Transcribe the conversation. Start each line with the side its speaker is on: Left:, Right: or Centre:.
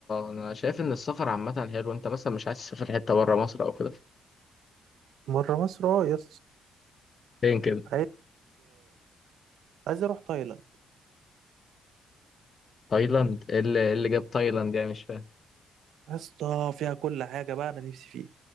Left: أنا شايف إن السفر عامة حلو أنت مثلا مش عايز تسافر حتة بره مصر أو كده
Right: مره مصر اه يس
Left: فين كده؟
Right: عايز عايز اروح تايلاند
Left: تايلاند إيه اللي, إيه اللي جاب تايلاند يعني مش فاهم
Right: يا اسطى فيها كل حاجه بقى انا نفسي فيه